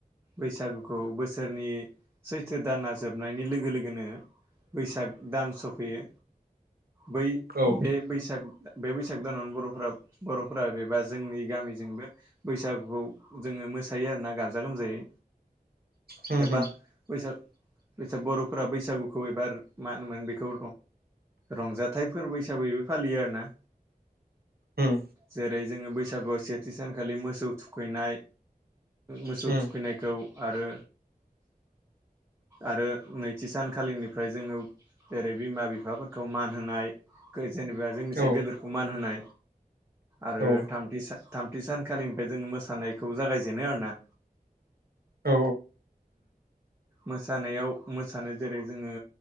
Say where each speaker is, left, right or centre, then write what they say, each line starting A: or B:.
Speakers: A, on the right; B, on the right.
A: बैसागुखौ बोसोरनि सैथो दाना जोबनायनि लोगो लोगोनो बैसाग दान सफैयो। बै
B: औ
A: बे बैसाग बे बैसाग दानाव बर'फोरा बर'फोरा बेबा जोंनि गामिजोंबो बैसागुखौ जोङो मोसायो आरोना गाजा गोमजायै
B: होम
A: एबा
B: होम
A: बैसागो बर'फोरा बैसागुखौ एबा मा होनोमोन बेखौ रंजाथाइ फोरबो हिसाबैबो फालियो आरो ना।
B: होम।
A: जेरै जोङो बैसागुआव सेथि सानखालि मोसौ थुखैनाय मोसौ
B: होम
A: थुखैनायखौ आरो आरो नैथि सानखालिनिफ्राय जोङो जेरै बिमा बिफाफोरखौ मान होनाय जेनेबा जोंनिफ्रायाय
B: औ
A: गदोरखौ मान होनाय आरो
B: औ
A: थामथि। थामथि सानखालिनिफ्राय जोङो मोसानायखौ जागायजेनो आरो ना
B: औ
A: मोसानायाव मोसानो जेरै जोङो